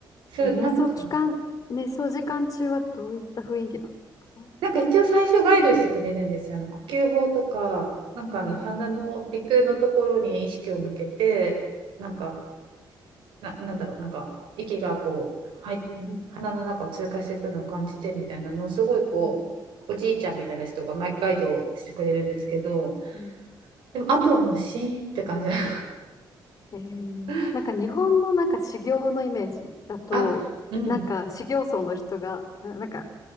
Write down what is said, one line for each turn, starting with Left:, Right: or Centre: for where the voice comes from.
Right: そう、
Left: え、瞑想期間、
Right: なんか
Left: 瞑想時間中はどういった雰囲気なんですか
Right: なんか一応最初ガイドしてくれるんですよ。あの呼吸法とか、なんかあの鼻の鼻腔のところに意識を向けて、
Left: うん、
Right: なんか、な、なんだろう、なんか息がこう、はい、
Left: うん、
Right: 鼻の中を通過していくのを感じてみたいなのをすごいこう、
Left: うん、
Right: おじいちゃんみたいな人がマイガイドをしてくれるんですけど、
Left: うん。
Right: でもあとはもうシーンって感じなの
Left: えー、
Right: で
Left: なんか日本のなんか修行のイメージだと、
Right: <laughs> あ、うん。
Left: なんか修行僧の人が、ななんか、